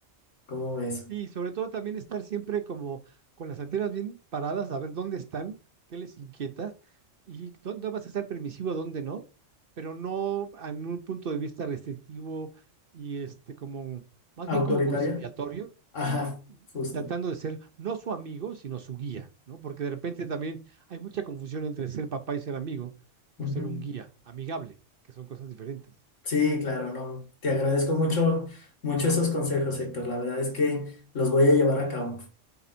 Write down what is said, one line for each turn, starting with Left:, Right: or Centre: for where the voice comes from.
Left: ¿Cómo ves?
Right: Y sobre todo también estar siempre como con las antenas bien paradas, a ver dónde están, qué les inquieta y dónde vas a ser permisivo, dónde no, pero no en un punto de vista restrictivo y este como más
Left: ¿Autoritaria?
Right: bien como conciliatorio
Left: Ajá, justo.
Right: y tratando de ser no su amigo, sino su guía, ¿no? Porque de repente también hay mucha confusión entre ser papá y ser amigo o
Left: Ujú.
Right: ser un guía amigable, que son cosas diferentes.
Left: Sí, claro, no. Te agradezco mucho, mucho esos consejos, Héctor. La verdad es que los voy a llevar a cabo.